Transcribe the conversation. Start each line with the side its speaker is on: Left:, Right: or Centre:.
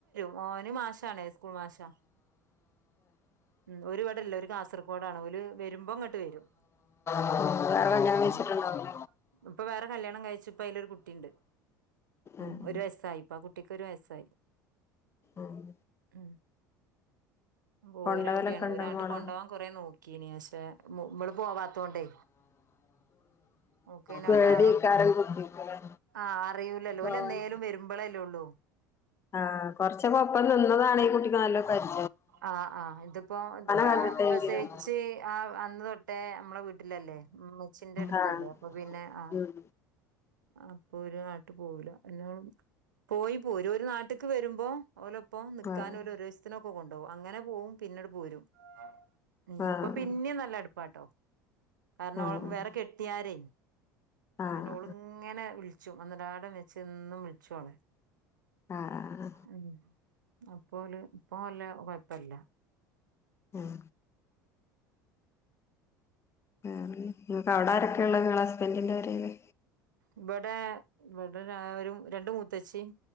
Right: മോന് മാഷാണ് സ്‌കൂൾ മാഷാ, ഉം ഓര് വടെല്ലാ ഓര് കാസർകോടാണ് ഓല് വരുമ്പോ ഇങ്ങോട്ട് വരും.
Left: ഏഹ് വേറെ കല്യാണം കഴിച്ചിട്ടുണ്ടാവൂലേ
Right: ഉം ഇപ്പൊ വേറെ കല്യാണം കഴിച്ചപ്പയിലൊരു കുട്ടി ട്ടിണ്ട്, ഉം
Left: ഏഹ്
Right: ഒരു വയസായിപ്പാകുട്ടിക്ക് ഒരു വയസായി
Left: ഏഹ്
Right: ഉം ഒരാവിടേണ്
Left: കൊണ്ടോവലൊക്കെ ഉണ്ടോ
Right: ഒരാങ്ങോട്ട്
Left: മോളെ
Right: കൊണ്ടോവാൻ കൊറ നോക്കീനി പക്ഷെ മ്മള് പോവാത്തോണ്ടേ. ഓക്കെന്ന
Left: പേടിയേക്കാരം
Right: വിടെ
Left: കുട്ടിക്ക്‌ല്ലേ
Right: ആ അറിയൂലല്ലോ.
Left: പോവാൻ
Right: ഓല് എന്നേലും വരുമ്പോളല്ലെള്ളൂ.
Left: ആഹ്, കൊറച്ചൊക്ക ഒപ്പം നിന്നതാണ് ഈ കുട്ടിക്ക് നല്ലോം പരി
Right: ആ ആ ഇത്പ്പോ
Left: കണ്ടിട്ടെങ്കിലും
Right: പ്രസവിച്ച് ആ അന്ന് തെട്ടോ മ്മളെ വീട്ടിലല്ലേ, ഇമ്മച്ചിന്റെ അടുത്തല്ലേ
Left: ആഹ്
Right: അപ്പൊ പിന്നെ ആ
Left: ഉം
Right: അപ്പൊ ഓര് നാട്ട് പോവൂല എന്നോ പോയി പോരു. ഒരു നാട്ട്ക്ക് വരുമ്പോ ഓലപ്പം നിക്കാനും
Left: ആഹ്
Right: ഒരീസത്തിനൊക്കെ കൊണ്ടോവും, അങ്ങനെ പോവും പിന്നട്പോരും. ഉം
Left: ആഹ്
Right: ഇപ്പൊ പിന്നിം നല്ല അടുപ്പാട്ടോ കാരണം
Left: ആഹ്
Right: വേറെ കെട്ടിയാരെ
Left: ആഹ്
Right: കാരണം ഓള് ഇങ്ങനെ വിളിച്ചും ഒന്നരാടം വെച്ചു എന്നും വിളിച്ചുങ്ങനെ.
Left: ആഹ് ആഹ്
Right: ഉം അപ്പോല് ഇപ്പ വല്ല്യ കുഴപ്പല്ല.
Left: ഉം വേറെന്ത ങ്ങക്ക് അവിട ആരൊക്കെ ഉള്ളെ? നിങ്ങള ഹസ്ബന്റിന്റെ പൊരേല്?
Right: ഇവിടെ ഇവിടെ ഒരു രണ്ട് മൂത്തച്ചിം,